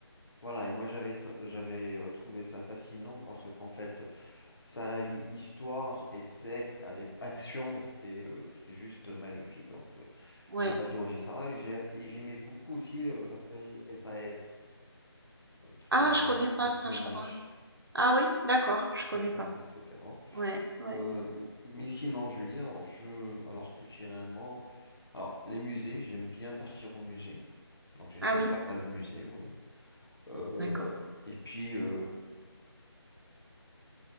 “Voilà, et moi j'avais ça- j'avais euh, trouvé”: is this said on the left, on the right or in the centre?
Left